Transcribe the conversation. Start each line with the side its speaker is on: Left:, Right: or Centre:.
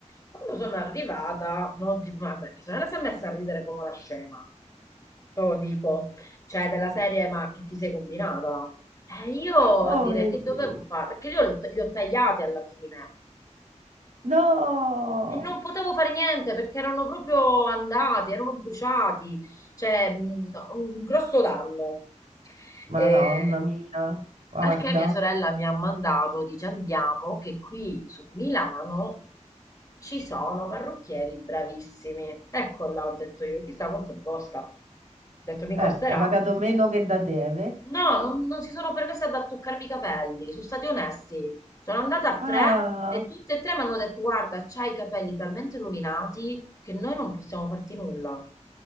Left: Quando sono arrivata, non ti, vabbè, mia sorella si è messa a ridere come una scema. te lo dico, cioè della serie, ma che ti sei combinata? E io
Right: Oh
Left: a dire
Right: mio
Left: che
Right: Dio.
Left: dovevo fare, perché io li ho, li ho tagliati alla fine,
Right: No!
Left: e non potevo fare niente perché erano proprio andati, erano bruciati, cioè mh, no, un grosso danno.
Right: Madonna
Left: Eh,
Right: mia, guarda.
Left: al che mia sorella mi ha mandato, dice andiamo, che qui su Milano ci sono parrucchieri bravissimi. Ecco là, ho detto io, chissà quanto mi costa. Ho detto mi costerà.
Right: Eh, hai pagato meno che da te, eh?
Left: No, non, non si sono permesse ad toccarmi i capelli, sono stati onesti. Sono andata a tre
Right: Ah,
Left: e tutte e tre mi hanno detto: Guarda, c'hai i capelli talmente rovinati che noi non possiamo farti nulla.